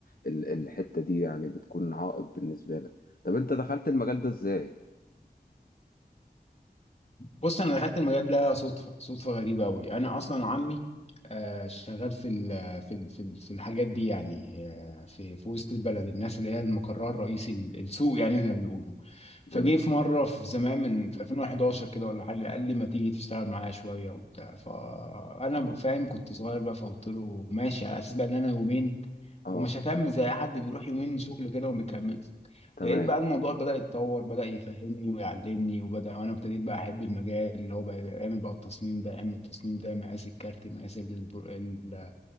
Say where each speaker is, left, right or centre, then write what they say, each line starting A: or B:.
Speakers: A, on the left (about 60°); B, on the left (about 40°).
A: الحتة دي يعني بتكون عائق بالنسبة لك طب انت دخلت المجال ده ازاي
B: بص انا دخلت المجال ده صدفه صدفه غريبه قوي انا اصلا عمي آه، شغال في ال في ال في ال- في الحاجات دي يعني آه، في في وسط البلد الناس اللي هي المقرها الرئيسي ال- السوق يعني زي ما بيقولوا
A: <clears throat> جميل
B: فجه في مره في زمان من في 2011 كده ولا حاجه قال لي ما تيجي تشتغل معايا شويه وبتاع فانا
A: اه
B: فاهم كنت صغير بقى فقلت له ماشي على اساس بقى ان انا يومين
A: اه
B: ومش هكمل زي أي حد بيروح يومين شغل كده وما بيكمل
A: تمام
B: لقيت بقى الموضوع بدأ يتطور بدأ يفهمني ويعلمني وبدأ وانا ابتديت بقى احب المجال اللي هو بقى يعمل بقى التصميم ده يعمل التصميم ده مقاس الكارت مقاس الب- ال-